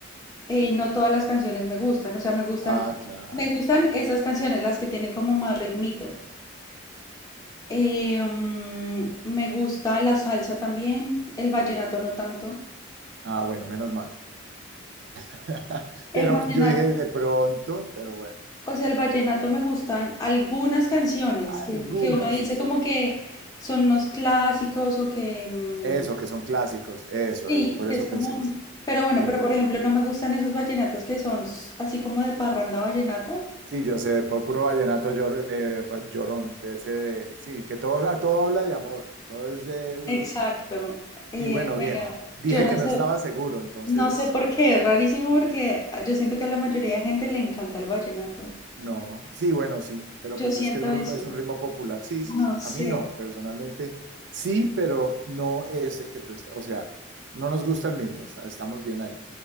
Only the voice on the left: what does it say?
eh, no todas las canciones me gustan, o sea, me gustan,
me gustan esas canciones, las que tienen como más ritmito. Eh, mm, me gusta la salsa también, el vallenato no tanto.
El
vallenato,
o sea, el vallenato me gustan algunas canciones que,
que uno dice
como que son unos clásicos o que, mm,
Sí,
que
es como,
pero bueno,
pero por ejemplo, no me gustan esos vallenatos que son s- así como de parranda vallenata.
Exacto.
Eh,
bueno,
yo no
sé,
no sé por qué, es rarísimo porque ah, yo siento que a la mayoría de gente le encanta el vallenato.
Yo
siento
eso,
no
sé.